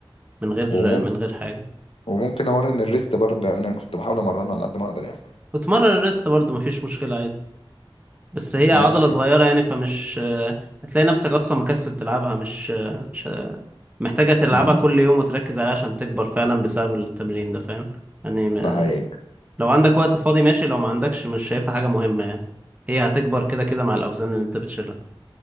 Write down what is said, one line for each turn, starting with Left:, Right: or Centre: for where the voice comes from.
Right: من غير
Left: وممكن
Right: من غير حاجة
Left: وممكن امرن الريست برضه يعني انا كنت بحاول امرنه على قد ما اقدر يعني
Right: وتمرن الريست برضو مفيش مشكلة عادي بس هي
Left: ماشي
Right: عضلة صغيرة يعني فمش آه، هتلاقي نفسك أصلا مكسل تلعبها مش آه، مش محتاجة تلعبها
Left: أمم،
Right: كل يوم وتركز عليها عشان تكبر فعلا بسبب التمرين ده فاهم يعني ما-
Left: ده حقيقي
Right: لو عندك وقت فاضي ماشي لو ما عندكش مش شايفها حاجة مهمة يعني هي هتكبر كده كده مع الأوزان اللي أنت بتشيلها